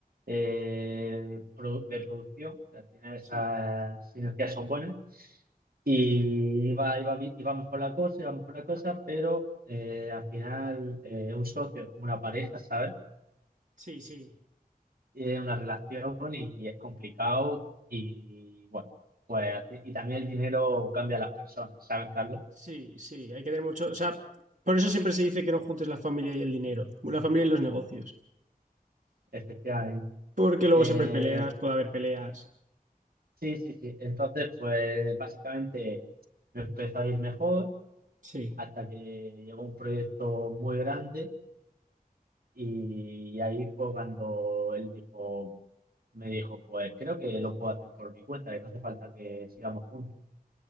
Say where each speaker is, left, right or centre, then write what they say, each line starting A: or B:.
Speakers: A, on the right (about 75°); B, on the right (about 60°).
A: eh, produ- de producción, que al final esas
B: Sí,
A: sinergias son buenas. Y iba, iba, bi- iba mejor la cosa, iba mejor la cosa, pero eh, al final eh, un socio es como una pareja, ¿sabes?
B: sí, sí,
A: Es una relación y, es complicado. Y bueno, pues y también el dinero cambia a las personas, ¿sabes, Carlos?
B: sí, sí. Hay que tener mucho. O sea, por eso siempre se dice que no juntes la familia y el dinero, la familia y los negocios.
A: Efectivamente.
B: Porque luego
A: Eh,
B: siempre hay peleas, puede haber peleas.
A: Sí, sí, sí. Entonces, pues básicamente me empezó a ir mejor
B: Sí.
A: hasta que llegó un proyecto muy grande y, ahí fue cuando él dijo, me dijo, pues creo que lo puedo hacer por mi cuenta, que no hace falta que sigamos juntos.